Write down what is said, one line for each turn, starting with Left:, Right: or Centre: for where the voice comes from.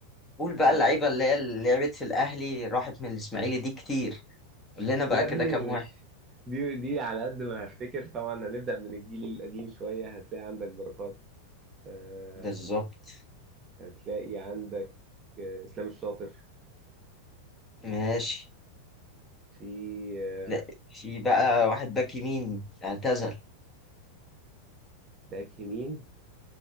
Left: قول بقى
Right: آه،
Left: اللعيبة اللي هي اللي لعبت في الاهلي راحت من الاسماعيلي دي كتير قول لنا بقى
Right: لا دي
Left: كده كام واحد
Right: مش دي دي على قد ما هفتكر طبعا هنبدا من الجيل القديم شويه هتلاقي عندك بركات آه،
Left: بالظبط
Right: هتلاقي عندك آه، اسلام الشاطر
Left: ماشي
Right: في آه،
Left: لا في بقى واحد باك يمين اعتزل
Right: باك يمين